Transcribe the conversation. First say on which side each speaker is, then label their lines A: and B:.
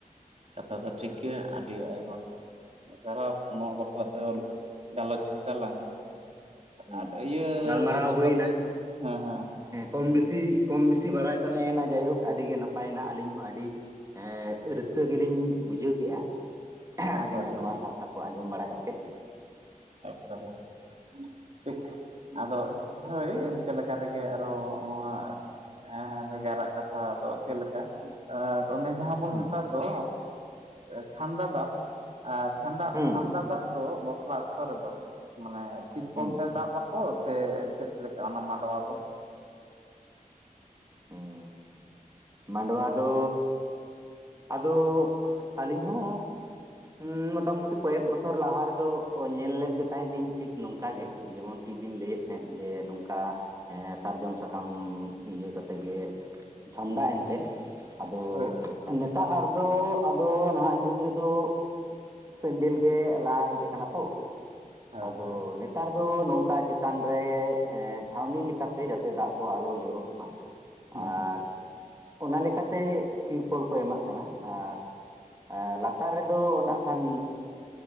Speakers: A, on the right; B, on the right.
A: ᱠᱟᱛᱷᱟ ᱫᱚ ᱴᱷᱤᱠ ᱜᱮ ᱟᱹᱰᱤ ᱟᱭᱢᱟ ᱥᱟᱨᱦᱟᱣ ᱱᱚᱣᱟ ᱵᱟᱠᱷᱨᱟᱛᱮ ᱜᱟᱞᱚᱪ ᱫᱟᱞᱟᱝ᱾
B: ᱦᱩᱸ
A: ᱟᱨ ᱤᱭᱟᱹ
B: ᱜᱟᱞᱢᱟᱨᱟᱣ
A: ᱦᱚᱸ ᱪᱮᱫ
B: ᱦᱩᱭᱱᱟ
A: ᱠᱚ ᱞᱟᱹᱭᱟ ᱦᱮᱸ ᱦᱮᱸ
B: ᱠᱚᱢ ᱵᱤᱥᱤ ᱠᱚᱢ ᱵᱤᱥᱤ ᱵᱟᱲᱟᱭ ᱛᱟᱦᱮᱸᱭᱮᱱᱟ ᱡᱟᱭᱦᱳᱠ ᱟᱹᱰᱤ ᱜᱮ ᱱᱟᱯᱟᱭᱮᱱᱟ ᱟᱹᱞᱤᱧ ᱦᱚᱸ ᱟᱹᱰᱤ ᱮ ᱼᱼ ᱨᱟᱹᱥᱠᱟᱹ ᱜᱮᱞᱤᱧ ᱵᱩᱡᱷᱟᱹᱣ ᱠᱮᱜᱼᱟ
A: ᱮᱠᱵᱟᱨᱮ
B: ᱟᱹᱵᱤᱱᱟᱜ ᱱᱚᱣᱟ ᱠᱟᱛᱷᱟ ᱠᱚ ᱟᱸᱡᱚᱢ ᱵᱟᱲᱟ ᱠᱟᱛᱮᱫ
A: <unintelligible> ᱟᱫᱚ ᱦᱳᱭ ᱤᱱᱠᱟᱹ ᱞᱮᱠᱟ ᱨᱮᱜᱮ ᱟᱨᱚ ᱱᱚᱣᱟ ᱦᱮᱸ ᱟᱫᱚ ᱡᱟᱣᱨᱟᱜ ᱠᱟᱛᱷᱟ ᱟᱫᱚ ᱪᱮᱫ ᱞᱮᱠᱟ? ᱟᱨ ᱚᱱᱮ ᱡᱟᱦᱟᱸ ᱵᱚᱱ
B: ᱦᱮᱸ
A: ᱢᱮᱛᱟᱜ ᱫᱚ ᱮ ᱪᱷᱟᱢᱰᱟ ᱫᱟᱵ᱾ ᱟᱨ ᱪᱷᱟᱱᱰᱟ
B: ᱦᱩᱸ
A: ᱪᱷᱟᱢᱰᱟ ᱫᱟᱵ ᱫᱚ ᱵᱟᱯᱞᱟ ᱚᱠᱛᱚ ᱨᱮᱫᱚ ᱢᱟᱱᱮ ᱛᱤᱨᱯᱚᱞ
B: ᱦᱩᱸ
A: ᱛᱮ ᱫᱟᱵ ᱵᱟᱠᱚ ᱥᱮ ᱪᱮᱫ ᱞᱮᱠᱟ ᱚᱱᱟ ᱢᱟᱰᱣᱟ ᱫᱚ?
B: ᱦᱩᱸ
A: <inaudible>
B: ᱢᱟᱰᱣᱟ ᱫᱚ ᱟᱫᱚ ᱟᱹᱞᱤᱧ ᱦᱚᱸ ᱦᱩᱸ ᱢᱚᱴᱟᱢᱩᱴᱤ ᱠᱚᱭᱮᱠ ᱵᱚᱪᱷᱚᱨ ᱞᱟᱦᱟ ᱨᱮᱫᱚ ᱧᱮᱞ ᱞᱮᱫ ᱜᱮ ᱛᱟᱦᱮᱸᱫ ᱞᱤᱧ ᱴᱷᱤᱠ ᱱᱚᱝᱠᱟ ᱜᱮ᱾ ᱡᱮᱢᱚᱱᱴᱤ ᱵᱤᱱ ᱞᱟᱹᱭᱮᱫ ᱛᱟᱦᱮᱸᱫ ᱡᱮ ᱱᱚᱝᱠᱟ ᱮᱸ ᱥᱟᱨᱡᱚᱢ ᱥᱟᱠᱟᱢ ᱤᱭᱟᱹ ᱠᱟᱛᱮᱜᱮ ᱪᱷᱟᱢᱰᱟ ᱮᱱᱛᱮᱫ᱾ ᱟᱫᱚ
A: ᱦᱳᱭ
B: ᱱᱮᱛ-ᱟᱨ ᱫᱚ ᱟᱫᱚ ᱱᱟᱦᱟᱜ ᱡᱩᱜᱽ ᱨᱮᱫᱚ ᱯᱮᱱᱰᱮᱞ ᱜᱮ ᱞᱟᱦᱟ ᱦᱮᱡ ᱟᱠᱟᱱᱟ ᱛᱚ
A: ᱦᱳᱭ
B: ᱟᱫᱚ
A: ᱦᱳᱭ
B: ᱱᱮᱛ ᱱᱮᱛᱟᱨ ᱫᱚ ᱱᱚᱝᱠᱟ ᱪᱮᱛᱟᱱ ᱨᱮ ᱮᱸ ᱪᱷᱟᱣᱱᱤ ᱞᱮᱠᱟᱛᱮ ᱡᱟᱛᱮ ᱫᱟᱜ ᱠᱚ ᱟᱞᱚ ᱡᱚᱨᱚᱜ ᱢᱟ᱾ ᱟᱨ
A: ᱦᱮᱸ
B: ᱚᱱᱟ ᱞᱮᱠᱟᱛᱮ ᱛᱤᱨᱯᱚᱞ ᱠᱚ ᱮᱢᱟᱜ ᱠᱟᱱᱟ ᱟᱨ ᱟ ᱞᱟᱛᱟᱨ ᱨᱮᱫᱚ ᱱᱟᱜ ᱠᱷᱟᱱ